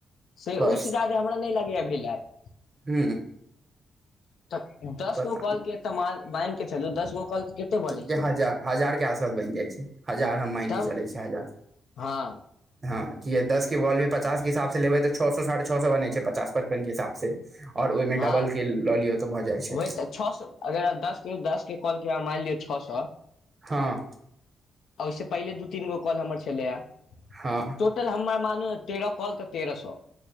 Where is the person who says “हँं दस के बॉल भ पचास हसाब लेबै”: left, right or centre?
Right